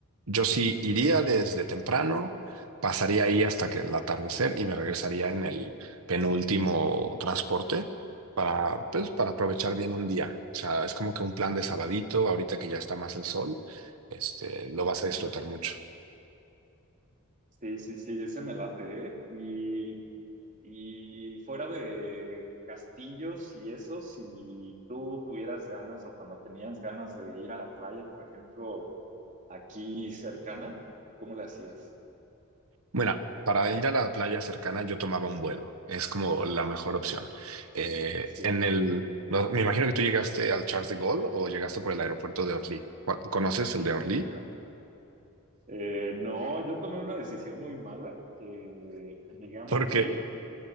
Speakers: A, on the right (about 70°); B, on the right (about 35°).
A: yo sí iría desde temprano, pasaría ahí hasta que el atardecer y me regresaría en el penúltimo transporte para, pues, para aprovechar
B: ah, ok.
A: bien un día. O sea, es como que un plan de sabadito, ahorita que ya está más el sol, este, lo vas
B: Ujú.
A: a disfrutar mucho.
B: Sí, sí, sí, ese me late, ¿eh? Y, y fuera de castillos y eso, si tú tuvieras ganas o cuando tenías ganas de ir a la playa, por ejemplo, aquí cercana, ¿cómo le hacías?
A: Bueno, para ir a la playa cercana yo tomaba un vuelo. Es como la mejor opción.
B: Ajá,
A: Eh,
B: Sí.
A: en el, no, me imagino que tú llegaste al Charles de Gaulle o llegaste por el aeropuerto de Orly. ¿Cu- ¿Conoces el de Orly?
B: <laughs> Eh, no, yo tomé una decisión muy mala. eh, llegué a
A: <laughs>
B: Madrid,
A: Porque,